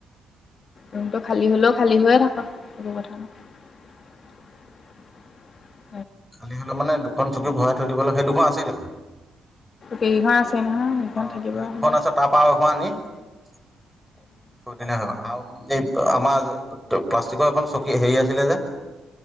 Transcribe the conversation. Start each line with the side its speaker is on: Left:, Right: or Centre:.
Left: ৰুমটো খালী হ'লেও খালী হৈয়ে থাকক একো কথা নাই <inaudible>
Centre: খালী হ'লে মানে দুখন চকী ভৰাই থৈ দিব লাগে সেই দুখন আছেই দেখোন
Left: কেইঘৰ আছে নহয় সেইখন
Centre: অ',
Left: থাকিব
Centre: সেই দুখন
Left: হ'ব
Centre: আছে তাৰ পৰা আৰু এখন আনি থৈ দিলে হৈ গ'ল আৰু এই আমাৰ প্লাষ্টিকৰ এখন চকী চকী হেৰি আছিলে যে